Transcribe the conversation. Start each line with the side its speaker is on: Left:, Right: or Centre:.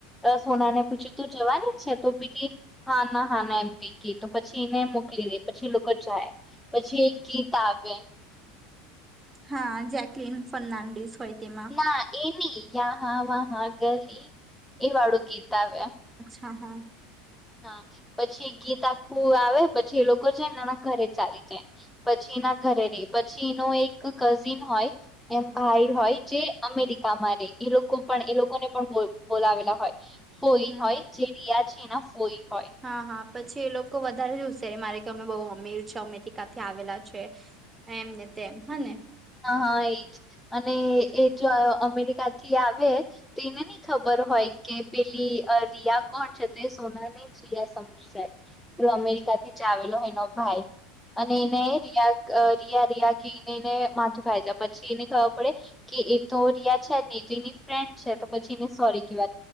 Centre: અ સોના ને પૂછે તું જવાની છે તો પેલી હા ના હા ના એમ કે તો પછી એને મોકલી દે પછી એ લોકો જાય પછી એક ગીત આવે <inaudible>
Right: હા જેકલીન ફર્નાન્ડીસ હોય. તેમાં
Centre: ના એ નઈ યહા વહા ગલી, એ વાળું ગીત આવે.
Right: હા હા.
Centre: હા પછી ગીત આખું આવે પછી એ લોકો છે ન ઘરે ચાલી જાય. પછી ના ઘરે રહે પછી એનો એક કઝિન હોય એમ ભાઈ
Right: હમ
Centre: હોય જે અમેરિકામાં રે એ લોકો પણ એ લોકોને પણ બોલ બોલાવેલા હોય. ફોઈ
Right: હમ
Centre: હોય જે રિયા છે એના ફોઈ. હોય
Right: હા હા. પછી એ લોકો વધારે જ હુશિયારી મારે કે અમે બહુ અમીર <unintelligible> અમેરિકાથી આવેલા છે, એમને. તેમ હને.
Centre: હઅ એજ અને એ જો અમેરિકા થી આવે તેને નઈ ખબર હોય. કે પેલી અ રિયા કોણ છે તે સોના ની જ રિયા સમજી જાય. એ અમેરિકાથી ચાવેલો એનો ભાઈ અને
Right: હમ
Centre: એને રિયા અઅ રિયા રિયા કઈ ને એને મા થાય. પછી એને ખબર પડે કે એ તો રિયા છે જ નઈ એતો એની ફ્રેન્ડ છે તો પછી એને સોરી કી